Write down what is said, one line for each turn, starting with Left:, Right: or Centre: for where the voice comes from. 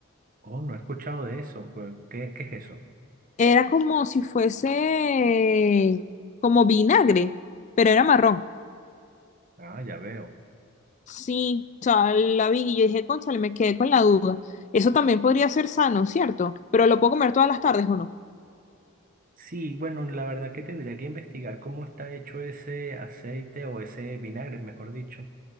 Right: Oh, no he escuchado de eso. ¿Qué, qué es eso?
Left: Era como si fuese como vinagre, pero era marrón.
Right: Ah, ya veo.
Left: Sí, o sea, la vi y yo dije, cónchale, me quedé con la duda. Eso también podría ser sano, ¿cierto? Pero lo puedo comer todas las tardes o no.
Right: Sí, bueno, la verdad que tendría que investigar cómo está hecho ese aceite o ese vinagre, mejor dicho,